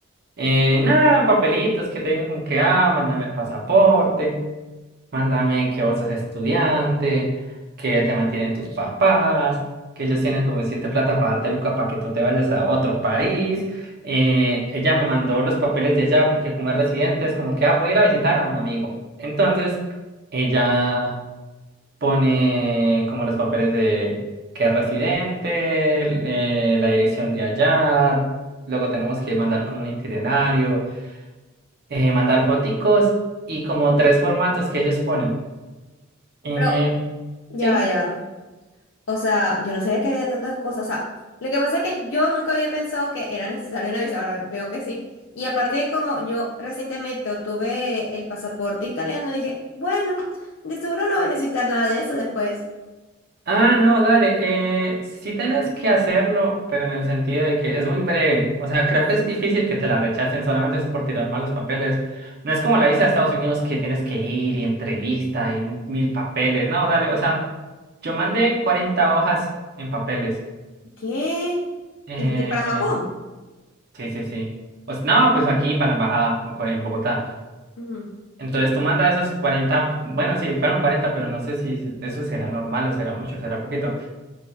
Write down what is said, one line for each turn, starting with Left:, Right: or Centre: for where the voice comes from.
Right: Eh, nada, papelitos que te digan como que, ah, mándame el pasaporte, mándame que vos sos estudiante, que te mantienen tus papás, que ellos tienen suficiente plata para darte Luca para que tú te vayas a otro país. Eh, ella me mandó los papeles de allá porque como es residente es como que, ah, voy a ir a visitar a un amigo. Entonces, ella pone como los papeles de que es residente, eh, la dirección de allá, luego tenemos que mandar como un itinerario eh, mandar foticos y como tres formatos que ellos ponen. Eh,
Left: Pero ya
Right: sí.
Left: va, ya va. O sea, yo no sabía que había tantas cosas. O sea, lo que pasa es que yo nunca había pensado que era necesario una visa. Ahora veo que sí. Y aparte de como yo recientemente obtuve el pasaporte italiano, dije, bueno, de seguro no voy a necesitar nada de eso después.
Right: Ah, no, dale. Eh, sí tenés que hacerlo, pero en el sentido de que es muy breve. O sea, creo que es difícil que te la rechacen, solamente es por tirar malos papeles. No es como la visa a Estados Unidos que tienes que ir y entrevista y mil papeles. No, dale. O sea, yo mandé 40 hojas en papeles.
Left: ¿Qué?
Right: Eh,
Left: ¿Y de- para Japón?
Right: sí, sí, sí. Pues no, pues aquí para la embajada en Bogotá.
Left: Ujú.
Right: Entonces tú mandas esos 40, bueno, sí, fueron 40, pero no sé si se- eso será normal o será mucho, será poquito.